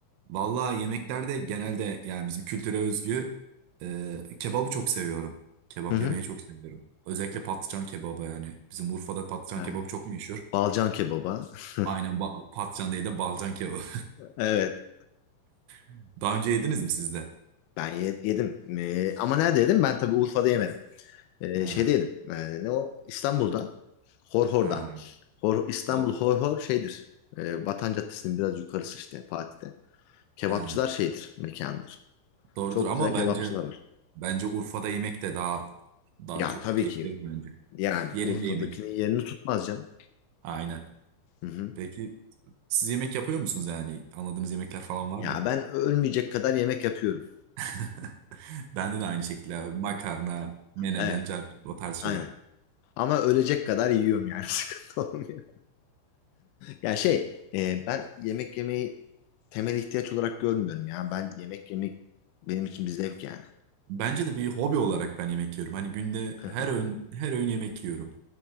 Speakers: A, on the right; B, on the left.
A: Vallahi yemeklerde genelde yani bizim kültüre özgü e, kebabı çok seviyorum. Kebap
B: Hı hı.
A: yemeyi çok seviyorum. Özellikle patlıcan kebabı yani. Bizim Urfa'da patlıcan
B: Ha,
A: kebabı çok meşhur.
B: Balcan kebaba. <laughs>
A: Aynen ba- patlıcan değil de balcan kebabı.
B: Evet.
A: <laughs> Daha önce yediniz mi siz de?
B: Ben ye- yedim. E, ama nerede yedim? Ben tabii Urfa'da yemedim. Ee,
A: Ha,
B: şeydeydim. Yani ne o? İstanbul'da. Horhor'da.
A: ha.
B: Hor, İstanbul
A: O,
B: Horhor şeydir. Ee, Vatan Caddesi'nin biraz yukarısı işte Fatih'te. Kebapçılar
A: ha.
B: şeydir, mekandır.
A: Doğrudur
B: Çok
A: ama
B: güzel kebapçılar
A: bence
B: var.
A: Bence Urfa'da yemek de daha daha
B: Ya
A: çok
B: tabii
A: keyif
B: ki
A: verir bence.
B: yani
A: Yerinde
B: Urfa'dakinin
A: yemek.
B: yerini tutmaz canım.
A: Aynen.
B: Hı hı.
A: Peki siz yemek yapıyor musunuz yani? Anladığınız yemekler falan var
B: Ya
A: mı?
B: ben ölmeyecek kadar yemek yapıyorum.
A: <laughs> Bende de aynı şekilde abi. Makarna, menemen,
B: Evet,
A: carpik o tarz şeyler.
B: aynen. Ama ölecek kadar yiyorum yani <laughs> sıkıntı olmuyor. Ya şey, e, ben yemek yemeyi temel ihtiyaç olarak görmüyorum ya. Ben yemek yemek benim için bir zevk yani.
A: Bence de bir hobi olarak ben yemek yiyorum. Hani günde
B: <laughs>
A: her öğün her öğün yemek yiyorum.